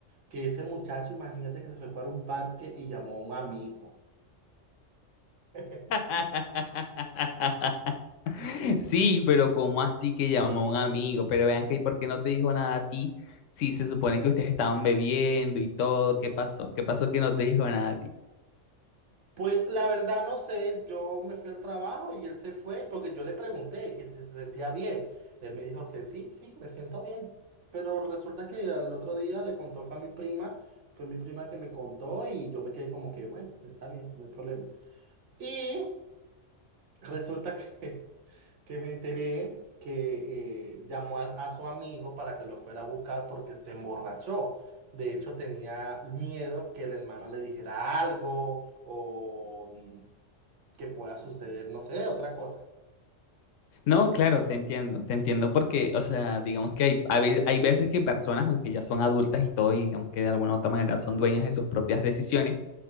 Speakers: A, on the right (about 75°); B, on the left (about 80°).
A: que ese muchacho, imagínate que se fue para un parque y llamó a un amigo. <laughs>
B: <laughs> Sí, pero ¿cómo así que llamó a un amigo? Pero vean que, ¿y por qué no te dijo nada a ti? Si se supone que ustedes estaban bebiendo y todo, ¿qué pasó? ¿Qué pasó que no te dijo nada a ti?
A: Pues la verdad no sé, yo me fui al trabajo y él se fue porque yo le pregunté que si se sentía bien. Él me dijo que sí, sí, me siento bien. Pero resulta que al otro día le contó, fue a mi prima, fue mi prima que me contó y yo me quedé como que, bueno, está bien, no hay problema. Y resulta <laughs> que que me enteré que eh, llamó a, a su amigo para que lo fuera a buscar porque se emborrachó. De hecho, tenía miedo que el hermano le dijera algo o mm, que pueda suceder, no sé, otra cosa.
B: No, claro, te entiendo, te entiendo porque, o sea, digamos que hay, a ve- hay veces que personas, aunque ya son adultas y todo, y digamos que de alguna u otra manera son dueñas de sus propias decisiones,